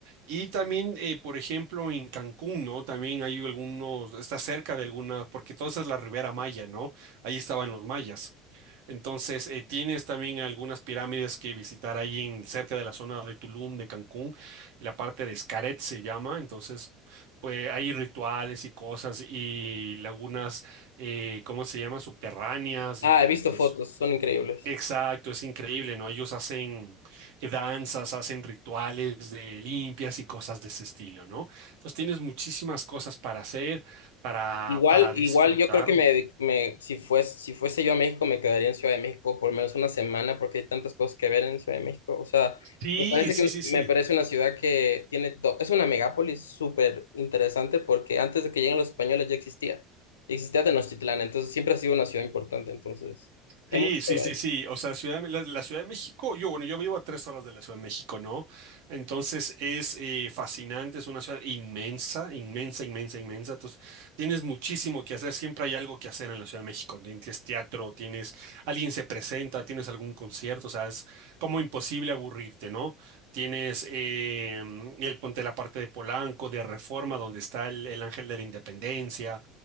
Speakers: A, on the right; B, on the left.
A: Y también, eh, por ejemplo, en Cancún, ¿no? También hay algunos, está cerca de algunas, porque toda esa es la Ribera Maya, ¿no? Ahí estaban los mayas. Entonces, eh, tienes también algunas pirámides que visitar ahí en, cerca de la zona de Tulum, de Cancún, la parte de Xcaret se llama, entonces pues hay rituales y cosas y lagunas, eh, ¿cómo se llama? Subterráneas
B: Ah,
A: y
B: he visto
A: pues...
B: fotos, son increíbles.
A: Exacto, es increíble, ¿no? Ellos hacen eh, danzas, hacen rituales de limpias y cosas de ese estilo, ¿no? Entonces tienes muchísimas cosas para hacer, para,
B: Igual,
A: para disfrutar.
B: igual yo creo que me, dedic- me si fuese, si fuese yo a México, me quedaría en Ciudad de México por lo menos una semana porque hay tantas cosas que ver en Ciudad de México. O sea,
A: Sí,
B: me parece
A: sí,
B: que
A: sí, sí.
B: me parece una ciudad que tiene todo, es una megápolis súper interesante porque antes de que lleguen los españoles ya existía. Ya Existía Tenochtitlán, entonces siempre ha sido una ciudad importante, entonces
A: Sí,
B: hay mucho
A: sí,
B: que ver.
A: sí, sí. O sea, Ciudad de- la, la Ciudad de México, yo, bueno, yo vivo a tres horas de la Ciudad de México, ¿no? Entonces es eh, fascinante, es una ciudad inmensa, inmensa, inmensa, inmensa. Entonces tienes muchísimo que hacer, siempre hay algo que hacer en la Ciudad de México. ¿no? Tienes teatro, tienes, alguien se presenta, tienes algún concierto, o sea, es como imposible aburrirte, ¿no? Tienes eh, el ponte la parte de Polanco, de Reforma, donde está el, el Ángel de la Independencia